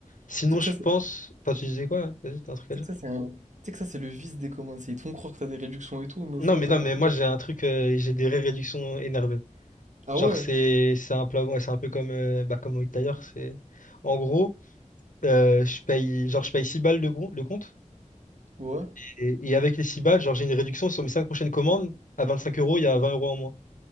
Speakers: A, on the left; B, on the right.
A: sinon,
B: Tu sais que
A: je
B: ça, c'est
A: pense.
B: tu
A: Enfin, tu disais quoi? Vas-y, t'as un truc à
B: sais
A: dire?
B: que ça, c'est un tu sais que ça, c'est le vice des communs, c'est ils te font croire que t'as des réductions et tout, mais au
A: Non,
B: final,
A: mais
B: t'as
A: non,
B: as quand
A: mais moi,
B: genre
A: j'ai un truc, euh, j'ai des vraies réductions énervées.
B: Ah
A: Genre,
B: ouais?
A: c'est c'est un plat, ouais, c'est un peu comme, euh, bah, comme d'ailleurs, c'est. En gros, euh, je paye, genre, je paye 6 balles le, gros- le compte,
B: Ouais?
A: et, et avec les 6 balles, genre, j'ai une réduction sur mes 5 prochaines commandes. À 25 euros, il y a 20 euros en moins.